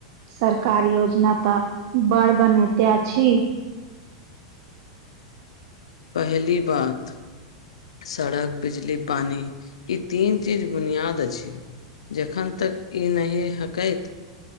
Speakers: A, on the right; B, on the left.
A: सरकार योजना तऽ बड़ बनैते अछि।
B: पहली बात सड़क, बिजली, पानी ई तीन चीज बुनियाद अछि जखन तक ई नहिह हकैत